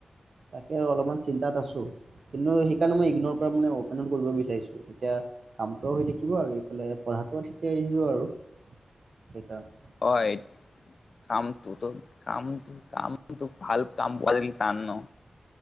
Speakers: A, on the right; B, on the left.
A: তাকে অলপমান চিন্তাত আছো। কিন্তু সেইকাৰণে মই ইগনৰ কৰা মানে অপেনউ কৰিব বিচাৰিছো তেতিয়া কামটো হৈ থাকিব আৰু এইফালে। পঢ়াটো ঠিকে আহিব আৰু সেইকাৰণে।
B: হয়। কামটো ত কামটো কাম ভাল কাম প টান ন।